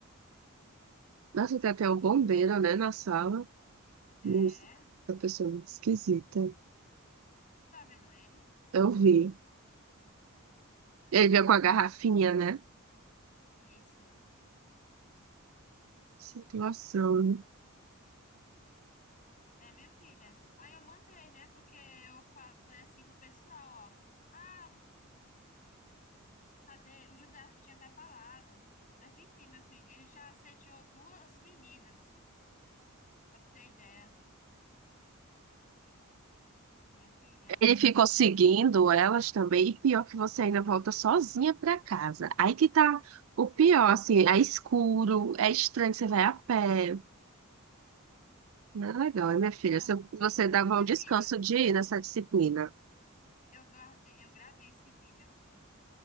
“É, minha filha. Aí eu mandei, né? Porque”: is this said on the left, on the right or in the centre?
Left